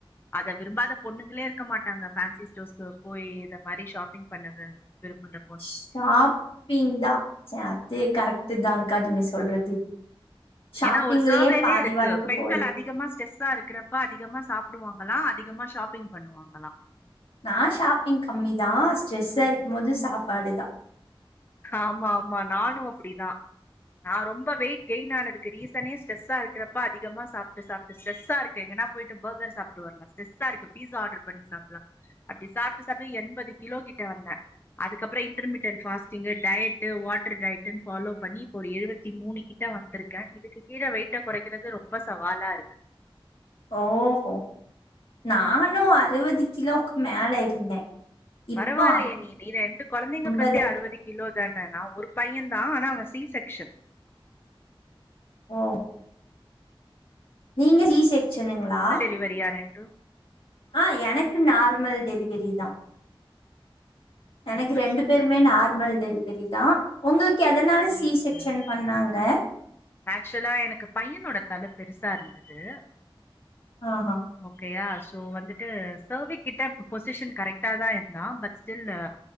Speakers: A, on the left; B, on the left.
A: அத விரும்பாத பொண்ணுங்களே இருக்க மாட்டாங்க ஃபேன்சி ஸ்டோர்க்கு போயி இத மாறி ஷாப்பிங் பண்ணது விரும்புன்ற
B: ஷாப்பிந்தா செ அது கரெக்ட்டு தாங்க்கா நீங்க சொல்றது ஷாப்பிங்லயே
A: ஏன்னா ஒரு சர்வேலயே
B: பாதி
A: இருக்கு
B: வாழ்க்க
A: பெண்கள்
B: போயிரு
A: அதிகமா ஸ்ட்ரெஸ்ஸா இருக்கற ப்ப அதிகமா சாப்பிடுவாங்களா அதிகமா ஷாப்பிங் பண்ணுவாங்களா
B: நா ஷாப்பிங் கம்மி தா ஸ்ட்ரெஸ்ஸா
A: ம்
B: இருக்கும் போது சாப்பாடுதா
A: ஆமா ஆமா நானு அப்டிதா நா ரொம்ப வெயிட் கெயின் ஆனதுக்கு ரீசனே ஸ்ட்ரெஸ்ஸா இருக்கப்ப அதிகமா சாப்ட்டு சாப்ட்டு ஸ்ட்ரெஸ்ஸா இருக்கைங்கனா போயிட்டு பகர் சாப்ட்டு வர்லா ஸ்டெரஸ்ஸா இருக்கு பீஸா ஆடர் பண்ணி சாப்ட்லா அப்டி சாப்ட்டு சாப்ட்டு எண்பது கிலோ கிட்ட வந்த அதுக்கப்றோ இன்ட்ருமீட்டன் ஃபாஸ் இந்த டயட் வாட்டர் டயட்ன்னு ஃபாலோ பண்ணி இப்போ ஒரு எழுவத்தி மூணு கிட்ட வந்திருக்கே இது க்கு கீழ வெயிட்ட கொறக்கிறது ரொம்ப சவாலாருக்கு
B: ஓஹோ நானும் அறுவது கிலோக்கு மேலே இருந்தே இப்போ
A: பரவாயில்லையே நீ நீ ரெண்டு கொழந்தைங்க
B: அம்பது
A: பெத்து அறுவது கிலோ தான நா ஒரு பையன்தா ஆனா அவன் சி செக்ஷன்
B: ஓ நீங்க ஜீ செக்சனுங்களா
A: லி வாரியா ரென்டு
B: ஆ எனக்கு நார்மல் டெலிவரி தா எனக்கு
A: சூப்பர்
B: ரெண்டு
A: சூப்பர்
B: பேருமே
A: வெரி
B: நார்மல்
A: குட்
B: டெலிவெரிதா உங்களுக்கு எதனால
A: ம்
B: சி செக்ஷன்
A: ம்
B: பண்ணாங்க
A: ஆக்சுவலா எனக்கு பையனோட தல பெருசா இருந்தது
B: ஆஹ் ஹான்
A: ஓகாறா சோ வந்துட்டு சேவிக் கிட்ட பொசிஷன் கரெக்டா தா இருந்தா பட் ஸ்டில்லு